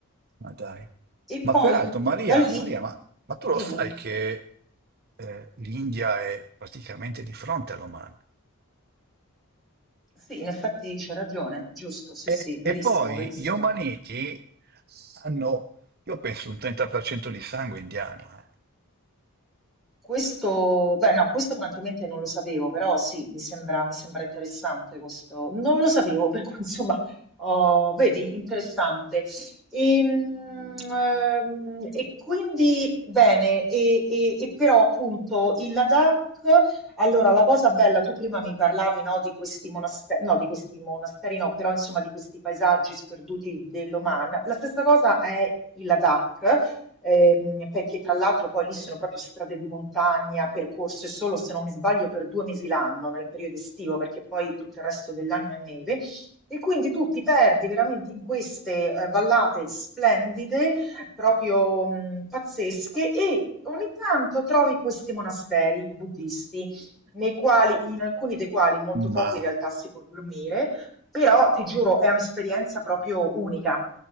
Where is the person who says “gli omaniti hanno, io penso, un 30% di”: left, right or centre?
Right